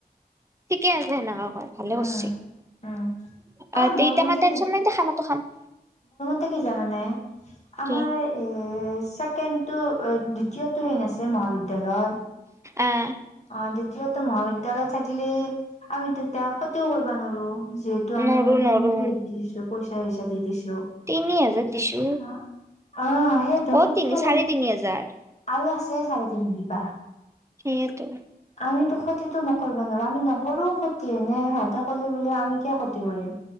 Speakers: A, on the right; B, on the left.
A: ঠিকে আছে, সেনেকে কোৱাই। ভালে
B: উম
A: কৰচি, তে
B: উম আৰু মোৰ
A: এতিয়া
B: মতে
A: আমাৰ টেনচন নাই, দে খানাটো খাম।
B: তে কি জানে নে? আমাৰ
A: কি
B: এ ছেকেণ্ডটো, দ্বিতীয়টো হেই নাছিল। মহাবিদ্যালয়,
A: আহ
B: অ দীয়টো মহাবিদ্যালয় থাকিলে, আমিটো এতিয়া ক্ষতিও কৰবা নোৱাৰো। যিহেতু আমি,
A: নৰো
B: ইমান খিনি
A: নৰো
B: মেহটি দিছো। পইচা, চইচা দি, দিছি।
A: তিনি হাজাৰ দিছো
B: হা, আ,
A: অ
B: ক্ষতিটো
A: তিনি চাৰে
B: গল,
A: তিনি হাজাৰ
B: আৰু আছে। চাৰে তিন দিবা।
A: সেইেতো।
B: আমিতো ক্ষতিতটো কৰিব নোৱাৰো, আমি নকৰোও ক্ষতি। এনে, সিহঁতে কৰলি বুলি, আমি কিয় ক্ষতি কৰিম।